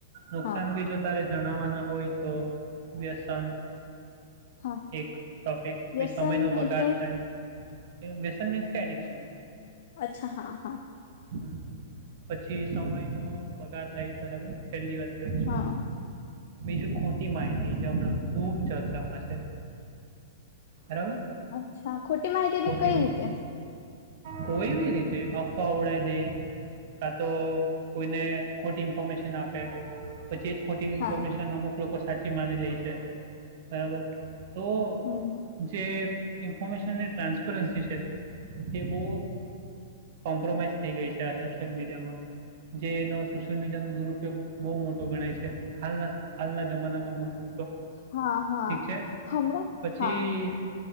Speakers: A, on the right; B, on the left.
A: નુકસાન
B: હા
A: બી જો તારે જણાવવાના હોય તો, વ્યસન
B: હા
A: એક ટોપિક
B: વ્યસન
A: પે સમય નો બગાડ
B: એટલે
A: થાય. વેસન મીન્સ ક એડિક્શન.
B: અચ્છા હા હા.
A: હમ્મ, પછી સમય નો બગાડ થાય બરાબર. પહેલી વાત તો એ છે.
B: હા
A: બીજું ખોટી માહિતી જે હમણાં ખુબ ચર્ચામાં છે. બરાબર
B: અચ્છા ખોટી માહિતી એટલે
A: ખોટી
B: કઈ રીતે?
A: કોઈ બી રીતે અફવા ઓડાય દે કા તો કોઈને ખોટી ઇન્ફોર્મેશન આપે પછી ખોટી
B: હા
A: ઇન્ફોર્મેશન અમુક લોકો સાચી માની લે છે. બરાબર? તો
B: હમ
A: જે ઇન્ફોર્મેશનની ટ્રાન્સપરન્સી છે. એ બહુ કોમ્પ્રોમાઈઝ થઈ ગઈ છે આ સોશિયલ મીડિયામાં. જેનો સોશિયલ મીડિયાનો દુરુપયોગ બહુ મોટો ગણાય છે. હાલના હાલના જમાનામાં હું તો
B: હા હા
A: ઠીક છે.
B: હમણાં
A: પછી
B: હા